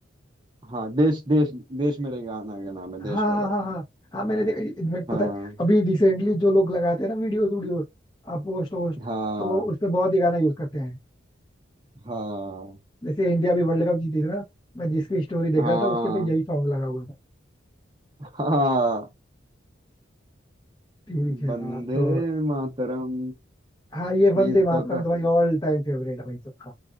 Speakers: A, on the right; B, on the left.
A: हाँ देश देश देश मेरे गाना का नाम है
B: हाँ
A: देश मेरे
B: हाँ हाँ हाँ हाँ मैंने देखा इनफैक्ट
A: हाँ
B: पता है अभी रिसेंटली जो लोग लगाते हैं ना वीडियोस वीडियोस पोस्ट वोस्ट
A: हाँ
B: तो उस पे बहुत ही गाना यूज करते हैं
A: हाँ
B: जैसे इंडिया भी वर्ल्ड कप जीती थी ना मैं जिसकी स्टोरी देख
A: हाँ
B: रहा था उसके पे यही सॉन्ग लगा हुआ था
A: हाँ
B: ठीक है
A: बंदे
B: यार तो
A: मातरम
B: हाँ ये
A: यही
B: वंदे मातरम
A: तो होता
B: तो
A: है
B: भाई ऑल टाइम फेवरेट है भाई सबका